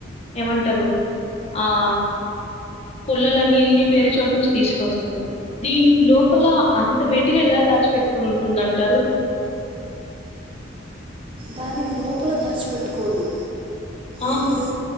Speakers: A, on the left (about 30°); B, on the right (about 25°).
A: ఏమంటరు ఆహ్ పుల్లలన్నీ యేళ్ళి వేరే చోటు నుంచి తీసుకొస్తార్ దీన్ లోపల అంత మెటీరియల్ లా దాచి పెట్టుకుని ఉంటుందంటారు
B: దాని లోపల దాచిపెట్టుకోదు
A: ఆహ్
B: ఇప్పుడు